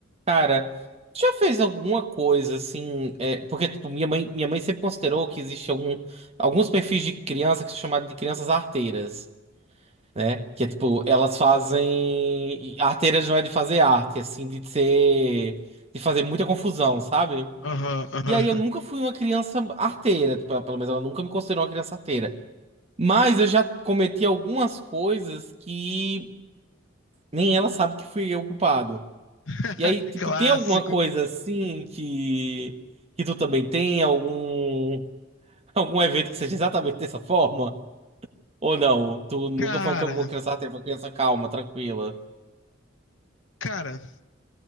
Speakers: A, on the right (about 30°); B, on the left (about 75°).
A: Cara, já fez alguma coisa assim? é, porque tipo, minha mãe, minha mãe sempre considerou que existe algum, alguns perfis de criança que são chamados de crianças arteiras, né? Que é tipo, elas fazem. Arteiras não é de fazer arte, assim, de ser. de fazer muita confusão, sabe?
B: Aham, aham.
A: E aí eu nunca fui uma criança arteira, tipo, pelo menos ela nunca me considerou uma criança arteira. Mas eu já cometi algumas coisas que nem ela sabe que fui eu o culpado.
B: <laughs>
A: E aí, tipo,
B: Clássico.
A: tem alguma coisa assim que que tu também tem algum <laughs> algum evento que seja exatamente dessa forma? Ou não? Tu nunca
B: Cara,
A: foi uma uma criança até uma criança calma, tranquila.
B: cara,